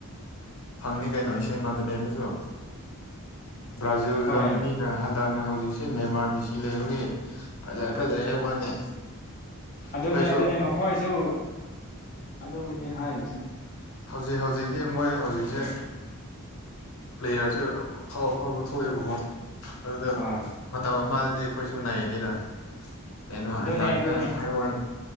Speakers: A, on the left (about 70°); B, on the left (about 40°).
A: ꯐꯪꯅꯤ ꯀꯩꯅꯣ ꯏ ꯀ ꯑꯗꯨꯅꯦꯅꯁꯨ ꯕ꯭ꯔꯥꯖꯤꯜ
B: ꯍꯣꯏ
A: ꯖꯔꯃꯅꯤꯅ ꯍꯟꯗꯛꯅ ꯍꯧꯖꯤꯛꯁꯤ ꯅꯃꯥꯔꯃꯤꯁꯤ ꯂꯩꯕꯒꯤ ꯐꯖꯩ ꯐꯖꯩ ꯍꯥꯏ ꯋꯥꯅꯤ ꯑꯩꯈꯣꯏꯁꯨ
B: ꯑꯗꯨꯅꯦ ꯑꯗꯨꯅꯦ ꯃꯈꯣꯏꯁꯨ ꯑꯗꯨꯒꯤꯅꯤ ꯍꯥꯏꯔꯤꯁꯦ
A: ꯍꯧꯖꯤꯛ ꯍꯧꯖꯤꯛꯇꯤ ꯃꯣꯏ ꯍꯧꯖꯤꯛꯁꯦ ꯄ꯭ꯂꯦꯌꯔꯁꯦ ꯑꯐꯥꯎ ꯑꯐꯥꯎꯕ ꯊꯣꯛꯑꯦꯕꯀꯣ ꯑꯗꯨꯗ
B: ꯍꯣꯏ
A: ꯃꯇꯝ ꯑꯃꯗꯗꯤ ꯑꯩꯈꯣꯏꯁꯨ ꯅꯩꯅꯌꯦꯅꯤꯗ ꯀꯩꯅꯣ
B: ꯑꯗꯨꯅꯦ
A: ꯍꯟꯗꯛꯅ
B: ꯑꯗꯨꯅꯤ
A: ꯍꯥꯏꯔ